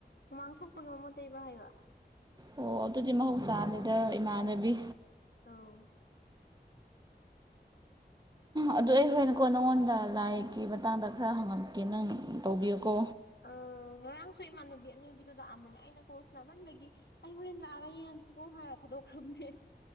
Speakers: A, on the left; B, on the right.
A: ꯍꯨꯃꯥꯡ ꯊꯣꯛꯄꯒꯤ ꯃꯣꯃꯣꯠ ꯇꯩꯕ ꯍꯥꯏꯕ
B: ꯑꯣ ꯑꯗꯨꯗꯤ ꯃꯍꯧꯁꯥꯅꯤꯗ ꯏꯃꯥꯟꯅꯕꯤ
A: ꯎꯝ ꯑꯧ
B: ꯑꯗꯨ ꯑꯩ ꯍꯣꯔꯦꯟꯅꯀꯣ ꯅꯪꯉꯣꯟꯗ ꯂꯥꯏꯒꯤ ꯃꯇꯥꯡꯗ ꯈꯥꯔ ꯍꯪꯉꯛꯀꯦ ꯅꯪ ꯇꯧꯕꯤꯌꯨꯀꯣ
A: ꯑꯥ ꯉꯔꯥꯡꯁꯨ ꯏꯃꯥꯟꯅꯕꯤ ꯑꯅꯣꯏꯕꯤꯗꯨ ꯂꯥꯛꯑꯝꯕꯅꯦ ꯑꯩꯅ ꯀꯣꯜ ꯁꯥꯟꯅꯃꯟꯕꯒꯤ ꯑꯩ ꯍꯣꯔꯦꯟ ꯂꯥꯛꯑꯥꯒ ꯌꯦꯡꯉꯒꯦꯀꯣ ꯍꯥꯏꯔ ꯊꯗꯣꯛꯈ꯭ꯔꯥꯕꯅꯦ